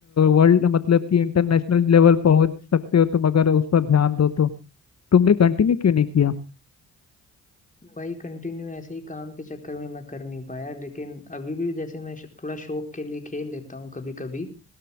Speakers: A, on the left; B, on the left.
A: वर्ल्ड मतलब कि इंटरनेशनल लेवल पहुंच सकते हो तुम अगर उस पर ध्यान दो तो तुमने कंटिन्यू क्यों नहीं किया
B: भाई कंटिन्यू ऐसे ही काम के चक्कर में मैं कर नहीं पाया लेकिन अभी भी जैसे मैं श- थोड़ा शौक के लिए खेल लेता हूँ कभी कभी